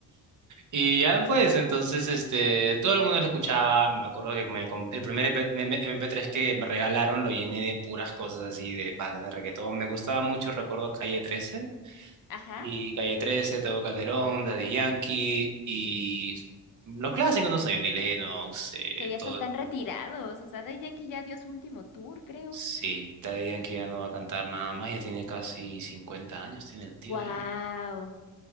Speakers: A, on the right; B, on the left.
A: Y ya pues, entonces, este, todo el mundo lo escuchaba, me acuerdo que me comp- el primer EP me- MP3 que me regalaron lo llené de puras cosas así, de bandas de reggaetón, me gustaba mucho, recuerdo Calle 13,
B: Ajá.
A: Y Calle trece Tego Calderón, Daddy Yankee y los clásicos, no sé, Johnny Lennox, eh,
B: Que ya
A: todo.
B: hasta están retirados. O sea, Daddy Yankee ya dio su último tour, creo.
A: Sí, Daddy Yankee ya no va a cantar nada más, ya tiene casi 50 años, tiene el tío,
B: Wow.
A: ¿eh?